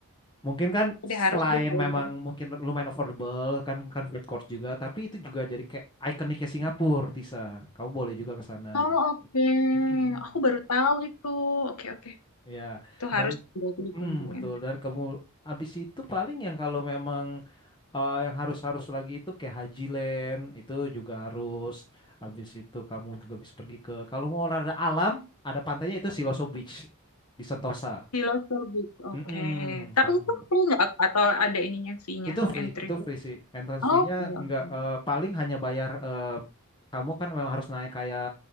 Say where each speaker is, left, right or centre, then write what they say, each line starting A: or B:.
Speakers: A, on the left (about 20°); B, on the left (about 75°).
A: mungkin kan
B: Udah harus
A: selain
B: deh kalau
A: memang
B: gitu.
A: mungkin lumayan affordable kan kan food court juga tapi itu juga jadi kayak ikoniknya Singapura Tisa kamu boleh juga ke sana
B: Oh,
A: gitu
B: oke.
A: Mm-mm.
B: Aku baru tahu itu. Oke, oke.
A: ya
B: Itu
A: dan
B: harus berarti
A: mm,
B: di kontingen.
A: betul dan kamu habis itu paling yang kalau memang eh, yang harus harus lagi itu kayak Haji Land itu juga harus habis itu kamu juga bisa pergi ke kalau mau olahraga alam ada pantainya itu Siloso Beach di Sentosa
B: Filosobis. Oke.
A: Mm-mm,
B: Tapi
A: pantai
B: itu free nggak? Atau ada ininya fee-nya,
A: itu free
B: entry
A: itu
B: fee?
A: free sih entrance
B: Oke,
A: fee-nya
B: oke.
A: nggak eh, paling hanya bayar eh, kamu kan memang harus naik kayak